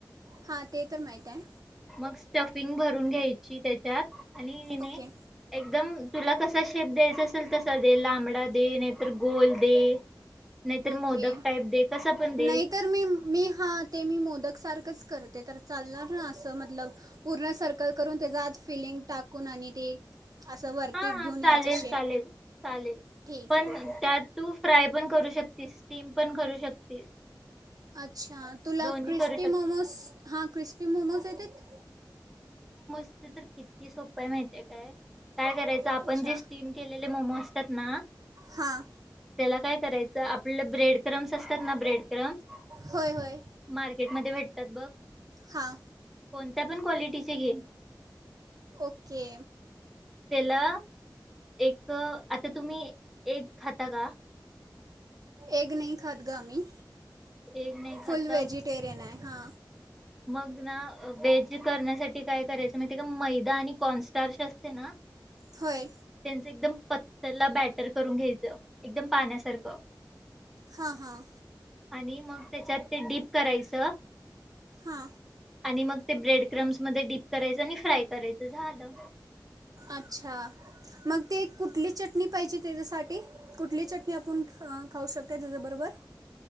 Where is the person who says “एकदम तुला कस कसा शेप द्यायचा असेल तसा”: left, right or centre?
Centre